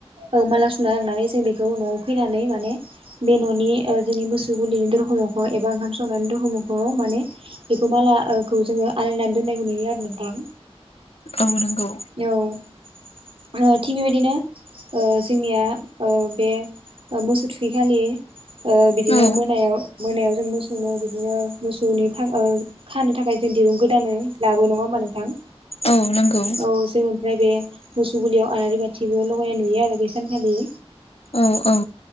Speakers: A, on the right (about 60°); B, on the left (about 65°).
A: औ माला सुना लांनानै जों बेखौ न'आव फैनानै माने बे न'नि जोंनि मोसौ गुलिनि दरखंखौ एबा ओंखाम संनायनि दरखंखौ माने बेखौ मालाखौ जोङो आलायनानै दोननायखौ नुयो आरो नोंथां।
B: औ नंगौ।
A: औ थिग बेबायदिनो ओ जोंनिया ओ बे मोसौ थुखैखाालि बिदिनो
B: औ
A: मोनायाव मोनायाव जों मोसौनो बिदिनो मोसौनि फागा ओ खानो थाखाय जों दिरुं गोदानै लाबो नङा होमा नोंथां?
B: औ नंगौ।
A: औ जोंङो ओमफ्राय बे मोसौुबलियाव आलारि बाथिबो लगायनाय नुयो आरो बे सानखालि।
B: औ औ।